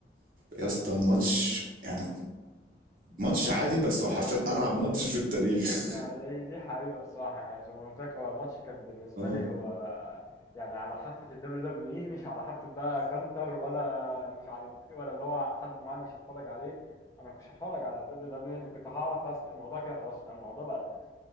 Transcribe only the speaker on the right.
يا اسطى ماتش يعني ماتش عادي بس هو حرفيا ارعب ماتش في التاريخ
اه